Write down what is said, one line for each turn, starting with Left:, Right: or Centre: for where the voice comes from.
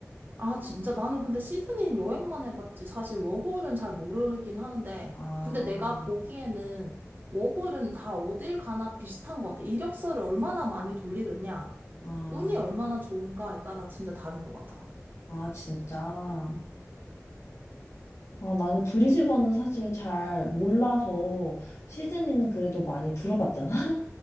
Right: 아, 진짜 나는 근데 시드니 여행만 해봤지. 사실 워홀은 잘 모르긴 하는데,
Left: 아,
Right: 근데 내가 보기에는 워홀은 다 어딜 가나 비슷한 것 같아. 이력서를 얼마나 많이 돌리느냐,
Left: 아,
Right: 운이 얼마나 좋은가에 따라 진짜 다른 것 같아.
Left: 아, 진짜. 아, 나는 브리즈번은 사실 잘 몰라서 시드니는 그래도 많이 들어봤잖아.